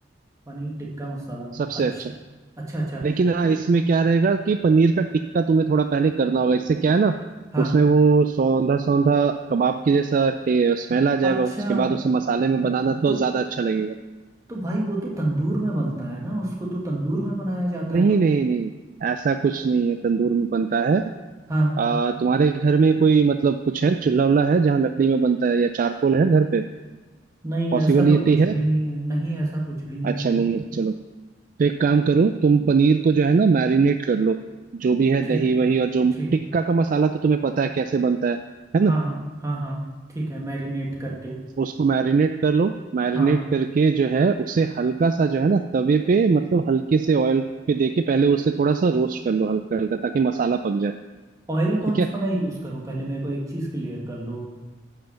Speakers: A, on the right; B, on the right.
A: पनीर टिक्का मसाला
B: सबसे
A: अच्छा
B: अच्छा
A: अच्छा अच्छा
B: लेकिन हाँ
A: तो
B: इसमें क्या रहेगा कि पनीर का टिक्का तुम्हें थोड़ा पहले करना होगा इससे क्या है ना
A: हाँ
B: उसमें वो सौंधा सौंधा कबाब के जैसा स्मेल आ
A: अच्छा
B: जाएगा उसके बाद उसे मसाले में बनाना तो
A: तो
B: ज्यादा अच्छा लगेगा
A: तो भाई वो तो तंदूर में बनता है ना उसको तो तंदूर में बनाया जाता
B: नहीं
A: है तो मैं
B: नहीं नहीं ऐसा कुछ नहीं है तंदूर में बनता है
A: हाँ
B: आ, तुम्हारे घर में कोई मतलब कुछ है चूल्हा वुल्हा है जहाँ लकड़ी में बनता है या चारकोल है घर पे
A: नहीं
B: पॉसिबिलिटी
A: ऐसा तो कुछ
B: है
A: भी नहीं है नहीं ऐसा कुछ भी नहीं
B: अच्छा
A: है
B: नहीं है चलो तो एक काम करो तुम पनीर को जो है ना मैरिनेट कर लो जो भी है
A: ठीक
B: दही वही और जो
A: ठीक
B: टिक्का का मसाला तो तुम्हें पता है कैसे बनता है है
A: हाँ
B: ना
A: हाँ हाँ हाँ ठीक है मैरिनेट करके
B: उसको मैरिनेट कर लो मैरिनेट
A: हाँ
B: करके जो है उसे हल्का सा जो है ना तवे पे मतलब हल्के से ऑयल पे दे के पहले उसे थोड़ा सा रोस्ट कर लो हल्का हल्का ताकि मसाला पक जाए
A: ऑयल कौन
B: ठीक है
A: सा मैं यूज़ करूँ पहले मेरे को एक चीज़ क्लियर कर लो